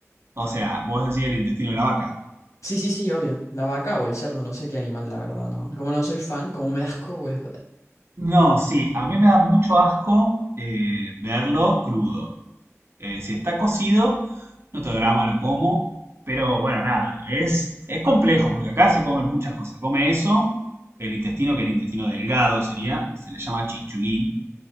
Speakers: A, on the right; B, on the left.
A: O sea, vos decís el intestino de la vaca.
B: Sí, sí, sí, obvio. La vaca o el cerdo, no sé qué animal, la verdad, ¿no? Como no soy fan, como me da asco, pues.
A: No, sí, a mí me da mucho asco eh, verlo crudo. Eh, si está cocido, no tengo drama, lo como. Pero bueno, nada, es, es complejo porque acá se comen muchas cosas. Se come eso, el intestino, que es el intestino delgado, sería, se le llama chinchulín.